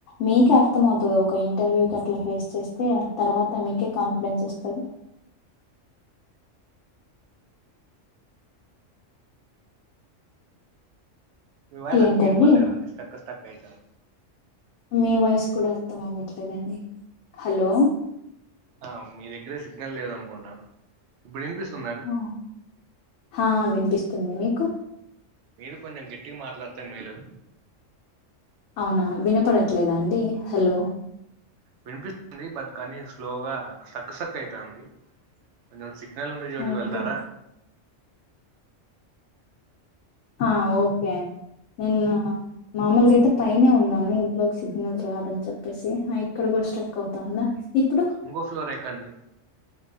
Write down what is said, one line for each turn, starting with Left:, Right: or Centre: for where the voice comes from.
Left: మీకే అర్థం అవుతుద్ ఒక ఇంటర్వ్యూ కట్లా ఫేస్ చేస్తే తర్వాత మీకే కాన్ఫిడెన్స్ ఒస్తది
Right: మీ వాయ్
Left: ఏంటండి
Right: సరిగ్గినపడలేదండి స్టక్ స్టక్ అయితాన్
Left: మీ వాయిస్ కూడా అర్థం అవ్వట్లేదండి హలో
Right: ఆ మీ దగ్గరే సిగ్నల్ లేదనుకుంటాను ఇప్పుడినిపిస్తుంద
Left: హ్ హా వినిపిస్తుంది మీకు
Right: మీరు కొంటెం గట్టిగా మాట్లాడితే మేలు
Left: అవునా వినపడట్లేదా అండి హలో
Right: వినిపిస్ ంది బట్ కానీ స్లోగా స్ట్రక్ స్ట్రక్ అయితాంది కొంచెం సిగ్నల్ ఉండే చోటుక్ వెళ్తారా
Left: ఓకే ఆ ఓకే అన్ నిన్న మామూలుగాయితే పైనే ఉన్నాను ఇంట్లో సిగ్నల్ రాదన్ చెప్పేసి హ ఇక్కడ గూడా స్ట్రక్ అవుతాందా ఇప్పుడు
Right: ఇంకో ఫ్లోర్ ఎక్కండి